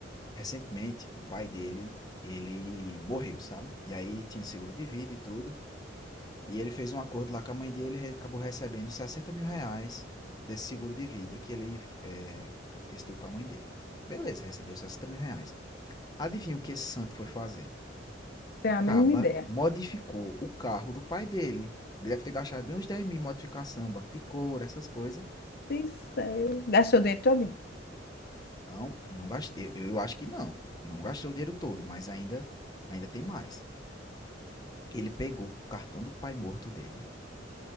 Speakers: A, on the left; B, on the left.
A: Recentemente, o pai dele, ele morreu, sabe? E aí tinha seguro de vida e tudo. E ele fez um acordo lá com a mãe dele, re- acabou recebendo 60 mil reais desse seguro de vida que ele eh, decidiu com a mãe dele. Beleza, recebeu 60 mil reais. Adivinha o que esse santo foi fazer?
B: Tem a
A: Caba
B: mínima ideia.
A: modificou o carro do pai dele. Ele deve ter gastado bem uns 10 mil em modificação, banco de couro, essas coisas.
B: Sincero. Gastou o dinheiro todo.
A: Não, não gastei. Eu, eu acho que não. Não gastou o dinheiro todo, mas ainda, ainda tem mais. Ele pegou o cartão do pai morto dele